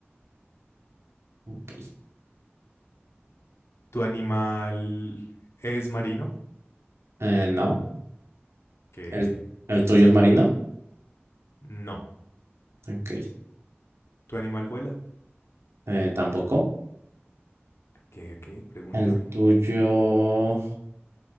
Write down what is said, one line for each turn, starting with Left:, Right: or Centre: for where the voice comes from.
Right: Ok.
Left: ¿Tu animal es marino?
Right: Eh, no.
Left: ¿Qué,
Right: ¿El,
Left: qué?
Right: el tuyo es marino?
Left: No.
Right: Ok.
Left: ¿Tu animal vuela?
Right: Eh, tampoco.
Left: ¿Qué, qué? Pregúntame.
Right: ¿El tuyo